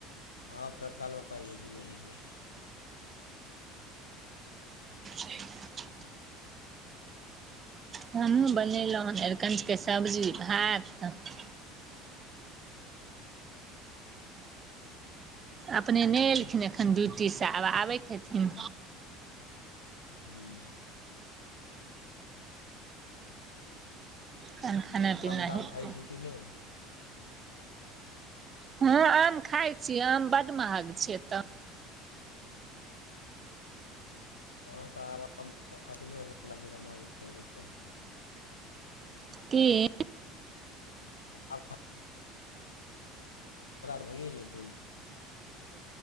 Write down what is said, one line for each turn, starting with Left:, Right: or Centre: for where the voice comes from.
Left: हँ, तत्काल में पाइ बेसी लगै छै।
Right: <inaudible> हमहूँ बनेलौं हन अरिकंच के सब्जी-भात। अपने
Left: ह्म
Right: नै एलखिन एखन ड्यूटी से आब आबैत हेथिन।
Left: ह्म
Right: तहन खाना पीना
Left: आम-ताम
Right: हेतै
Left: खाइ छी कि नै?
Right: हँ, आम खाय छी, आम बड महग छै एतऽ।
Left: हँ तऽ आब आम खतमे होइ बला छै त महग ते हेबे करतै।
Right: की?
Left: आ <inaudible> भइए जेतै